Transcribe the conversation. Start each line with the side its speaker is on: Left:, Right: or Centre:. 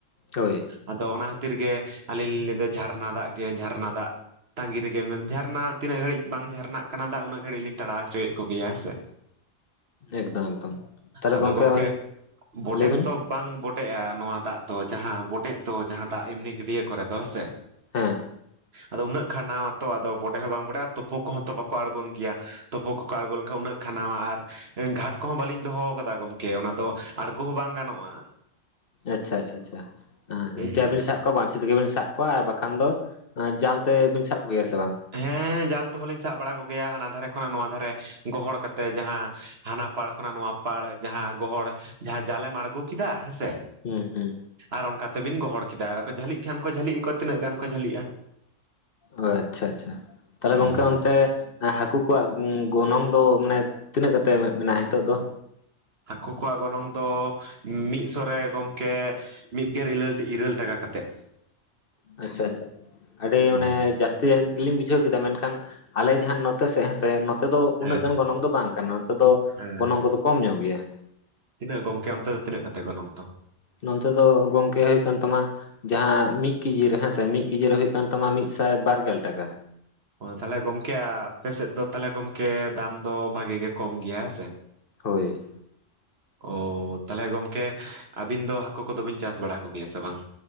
Left: ᱦᱳᱭ
Right: ᱟᱫᱚ ᱚᱱᱟ ᱠᱷᱟᱛᱤᱨ ᱜᱮ ᱟᱞᱤᱧ ᱞᱤᱧ ᱞᱟᱹᱭᱫᱟ ᱡᱷᱟᱨᱱᱟ ᱫᱟᱜ ᱜᱮ ᱡᱷᱟᱨᱱᱟ ᱫᱟᱜ ᱛᱟᱸᱜᱤ ᱨᱮᱜᱮ ᱢᱮᱱ ᱡᱷᱟᱨᱱᱟ ᱛᱤᱱᱟᱹᱜ ᱜᱷᱟᱹᱲᱤᱡ ᱵᱟᱝ ᱡᱷᱟᱨᱱᱟᱜ ᱠᱟᱱᱟ ᱫᱟᱜ ᱩᱱᱟᱹᱜ ᱜᱷᱟᱹᱲᱤᱡ ᱞᱤᱧ ᱛᱟᱲᱟᱣ ᱦᱚᱪᱚᱭᱮᱫ ᱠᱚᱜᱮᱭᱟ ᱦᱮᱸ ᱥᱮ
Left: ᱮᱠᱫᱚᱢ ᱮᱠᱫᱚᱢ ᱛᱟᱦᱞᱮ
Right: ᱟᱫᱚ
Left: ᱜᱚᱝᱠᱮ
Right: ᱜᱚᱢᱠᱮ ᱵᱚᱰᱮ
Left: ᱞᱟᱹᱭ
Right: ᱦᱚᱸᱛᱚ
Left: ᱵᱤᱱ
Right: ᱵᱟᱝ ᱵᱚᱰᱮᱜᱼᱟ ᱱᱚᱣᱟ ᱫᱟᱜ ᱫᱚ ᱡᱟᱦᱟᱸ ᱵᱚᱰᱮᱜ ᱫᱚ ᱡᱟᱦᱟᱸ ᱫᱟᱜ ᱮᱢᱱᱤ ᱜᱟᱹᱰᱭᱟᱹ ᱠᱚᱨᱮ ᱫᱚ ᱦᱮᱸ ᱥᱮ
Left: ᱦᱮᱸ
Right: ᱟᱫᱚ ᱩᱱᱟᱹᱜ ᱠᱷᱟᱱ ᱱᱚᱣᱟᱛᱚ ᱟᱫᱚ ᱵᱚᱰᱮ ᱦᱚ ᱵᱟᱝ ᱵᱚᱰᱮᱼᱟ ᱛᱩᱯᱩ ᱠᱚᱦᱚ ᱛᱚ ᱵᱟᱠᱚ ᱠᱚ ᱟᱬᱜᱚᱱ ᱜᱮᱭᱟ ᱛᱩᱯᱩ ᱠᱚᱠᱚ ᱟᱬᱜᱚ ᱞᱮᱱᱠᱷᱟᱱ ᱩᱱᱟᱹᱜ ᱠᱷᱟᱱᱟᱣᱟ ᱟᱨ ᱜᱷᱟᱴ ᱠᱚᱦᱚ ᱵᱟᱞᱤᱧ ᱫᱚᱦᱚᱣ ᱠᱟᱫᱟ ᱜᱚᱝᱠᱮ ᱚᱱᱟ ᱫᱚ ᱟᱬᱜᱚ ᱦᱚᱸ ᱵᱟᱝ ᱜᱟᱱᱚᱜᱼᱟ
Left: ᱟᱪᱪᱷᱟ ᱟᱪᱪᱷᱟ ᱟᱪᱪᱷᱟ
Right: ᱦᱩᱸ
Left: ᱡᱟ
Right: ᱦᱩᱸ
Left: ᱵᱤᱱ ᱥᱟᱵ ᱠᱚᱣᱟ ᱵᱟᱬᱥᱤ ᱛᱮᱜᱮ ᱵᱤᱱ ᱥᱟᱵ ᱠᱚᱣᱟ ᱟᱨ ᱵᱟᱠᱷᱟᱱ ᱫᱚ ᱡᱟᱞ ᱛᱮ ᱵᱤᱱ ᱥᱟᱵ ᱠᱚᱜᱮᱭᱟ ᱥᱮ ᱵᱟᱝ
Right: ᱦᱮᱸ ᱦᱮᱸ ᱡᱟᱞ ᱛᱮᱦᱚ ᱞᱤᱧ ᱥᱟᱵ ᱵᱟᱲᱟ ᱠᱚᱜᱮᱭᱟ ᱦᱟᱱᱟ ᱫᱷᱟᱨᱮ ᱠᱷᱚᱱᱟᱜ ᱱᱚᱣᱟ ᱫᱷᱟᱨᱮ ᱜᱚᱦᱚᱲ ᱠᱟᱛᱮ ᱡᱟᱦᱟ ᱦᱟᱱᱟ ᱯᱟᱲ ᱠᱷᱚᱱᱟᱜ ᱱᱚᱣᱟ ᱯᱟᱲ ᱡᱟᱦᱟᱸ ᱜᱚᱦᱚᱲ ᱡᱟᱸᱦᱟ ᱡᱟᱞᱮᱢ ᱟᱬᱜᱚ ᱠᱮᱫᱟ ᱦᱮᱸᱥᱮ
Left: ᱦᱮᱸ ᱦᱮᱸ
Right: ᱟᱨ ᱚᱱᱠᱟ ᱛᱮᱵᱤᱱ ᱜᱚᱦᱚᱲ ᱠᱮᱫᱟ ᱟᱫᱚᱠᱚ ᱡᱷᱟᱹᱞᱤᱜ ᱠᱷᱟᱱ ᱠᱚ ᱡᱷᱟᱹᱞᱤᱜ ᱟᱠᱚ ᱛᱤᱱᱟᱹᱜ ᱜᱟᱱ ᱠᱚ ᱡᱷᱟᱹᱞᱤᱜᱼᱟ
Left: ᱚ ᱟᱪᱪᱷᱟ ᱟᱪᱪᱷᱟ ᱛᱟᱦᱞᱮ
Right: ᱦᱩᱸ
Left: ᱜᱚᱝᱠᱮ
Right: ᱦᱩᱸ
Left: ᱚᱱᱛᱮ ᱦᱟᱠᱩ ᱠᱚᱣᱟᱜ ᱜᱚᱱᱚᱝ ᱫᱚ ᱢᱟᱱᱮ ᱛᱤᱱᱟᱹᱜ ᱠᱟᱛᱮ ᱢᱮᱱᱟᱜᱼᱟ ᱱᱤᱛᱚᱜ ᱫᱚ
Right: ᱦᱟᱠᱩ ᱠᱚᱣᱟᱜ ᱜᱚᱱᱚᱝ ᱫᱚ ᱢᱤᱫ ᱥᱚ ᱨᱮ ᱜᱚᱝᱠᱮ ᱢᱤᱫᱜᱮᱞ ᱤᱞᱟᱹᱨ ᱤᱨᱟᱹᱞ ᱴᱟᱠᱟ ᱠᱟᱛᱮᱫ
Left: ᱟᱪᱪᱷᱟ ᱟᱪᱪᱷᱟ ᱟᱹᱰᱤ
Right: ᱦᱩᱸ
Left: ᱢᱟᱱᱮ ᱡᱟᱥᱛᱤ ᱡᱟᱥᱛᱤ ᱭᱟ ᱜᱤᱞᱤᱧ ᱵᱩᱡᱷᱟᱹᱣ ᱠᱮᱫᱟ ᱢᱮᱱᱠᱷᱟᱱ ᱟᱞᱮ ᱡᱟᱦᱟ ᱱᱚᱛᱮ ᱥᱮᱫ ᱦᱮᱸ ᱥᱮ ᱱᱚᱛᱮ ᱫᱚ
Right: ᱦᱮᱸ
Left: ᱩᱱᱟᱹᱜ ᱜᱟᱱ ᱜᱚᱱᱚᱝ ᱫᱚ ᱵᱟᱝ ᱠᱟᱱᱟ ᱱᱚᱛᱮ ᱫᱚ
Right: ᱦᱮᱸ
Left: ᱜᱚᱱᱚᱝ ᱠᱚᱫᱚ ᱠᱚᱢ ᱧᱚᱜ ᱜᱮᱭᱟ
Right: ᱛᱤᱱᱟᱹᱜ ᱜᱚᱝᱠᱮ ᱟᱱᱛᱮ ᱫᱚ ᱛᱤᱱᱟᱹᱜ ᱠᱟᱛᱮᱫ ᱜᱚᱱᱚᱝ ᱫᱚ
Left: ᱱᱚᱱᱛᱮ ᱫᱚ ᱜᱚᱝᱠᱮ ᱦᱩᱭᱩᱜ ᱠᱟᱱ ᱛᱟᱢᱟ ᱡᱟᱦᱟᱸ ᱢᱤᱫ ᱠᱤᱡᱤ ᱨᱮ ᱦᱮᱸᱥᱮ ᱢᱤᱫ ᱠᱮᱡᱤ ᱨᱮ ᱦᱩᱭᱩ ᱠᱟᱱ ᱛᱟᱢᱟ ᱢᱤᱫ ᱥᱟᱭ ᱵᱟᱨᱜᱮᱞ ᱴᱟᱠᱟ
Right: ᱚᱦ ᱛᱟᱦᱞᱮ ᱜᱚᱝᱠᱮ ᱟᱯᱮ ᱥᱮᱫ ᱫᱚ ᱛᱟᱦᱞᱮ ᱜᱚᱢᱠᱮ ᱫᱟᱢ ᱫᱚ ᱵᱷᱟᱜᱤ ᱜᱮ ᱠᱚᱢ ᱜᱮᱭᱟ ᱦᱮᱸ ᱥᱮ
Left: ᱦᱳᱭ
Right: ᱚᱻ ᱛᱟᱦᱞᱮ ᱜᱚᱢᱠᱮ ᱟᱵᱤᱱ ᱫᱚ ᱦᱟᱠᱩ ᱠᱚᱫᱚ ᱵᱤᱱ ᱪᱟᱥ ᱵᱟᱲᱟ ᱠᱚᱜᱮᱭᱟ ᱥᱮ ᱵᱟᱝ